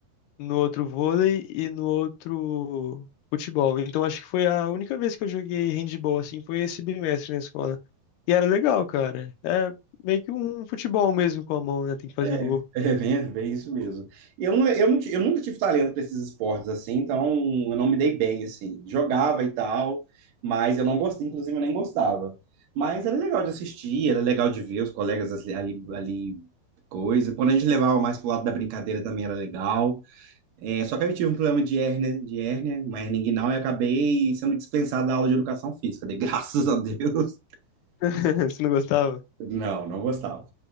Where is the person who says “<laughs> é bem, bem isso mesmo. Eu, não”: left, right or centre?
Right